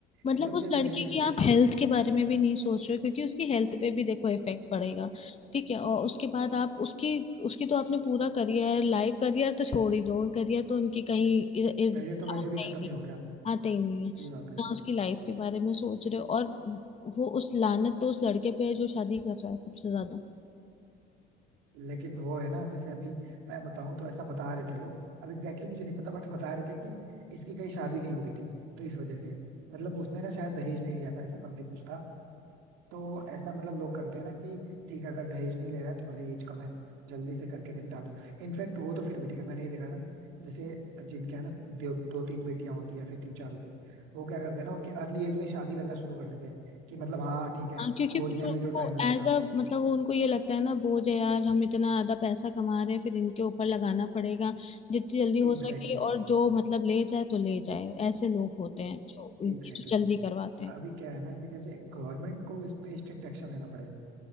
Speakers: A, on the left; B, on the right.
A: मतलब
B: एकदम
A: उस
B: से
A: लड़की
B: रियलिटी
A: की
B: चेक
A: आप
B: है
A: हेल्थ के बारे में भी नहीं सोच रहे हो क्योंकि उसकी हेल्थ पे भी देखो इफेक्ट पड़ेगा ठीक है और उसके बाद आप उसकी उसकी तो आपने पूरा करियर लाइफ करियर तो छोड़ ही दो करियर तो उनकी कहीं इर- इर्द
B: करियर
A: गिर्द
B: तो वैसे
A: आता
B: भी
A: ही
B: खत्म
A: नहीं
B: ही हो गया
A: आता ही नहीं है
B: सही बात है
A: ना उसकी लाइफ के बारे में सोच रहे हो और वो उस लानत तो उस लड़के पे है जो शादी कर रहा है सबसे ज्यादा
B: लेकिन वो है ना जैसे अभी मैं बताऊं तो ऐसा बता रहे थे लोग अब एग्जैक्टली मुझे नहीं पता बट बता रहे थे कि इसकी कहीं शादी नहीं हो रही थी तो इस वजह से मतलब उसने ना शायद दहेज नहीं लिया था ऐसा समथिंग कुछ था तो ऐसा मतलब लोग करते हैं ना कि ठीक है अगर दहेज नहीं ले रहा है तो भले एज कम है जल्दी से करके निपटा दो इनफैक्ट वो तो फिर भी ठीक है मैंने ये देखा ना जैसे जिनके यहाँ ना दो, दो तीन बेटियां होती है या फिर तीन चार होती हैं वो क्या करते हैं ना उनकी अर्ली एज में ही शादी करना शुरू कर देते हैं कि मतलब हाँ ठीक है
A: हाँ क्योंकि
B: खोजने
A: फिर
B: में भी तो
A: वो
B: टाइम लगेगा
A: एज अ मतलब वो उनको ये लगता है ना बोझ है यार हम इतना ज्यादा पैसा कमा रहे हैं फिर इनके ऊपर लगाना पड़ेगा जितनी जल्दी हो
B: Exactly
A: सके
B: exactly.
A: और जो मतलब ले जाए तो ले जाए ऐसे लोग होते हैं जो
B: Exactly
A: ये जो जल्दी करवाते
B: exactly.
A: हैं
B: अभी क्या है ना कि जैसे गवर्नमेंट को इस पे स्ट्रिक्ट एक्शन लेना पड़ेगा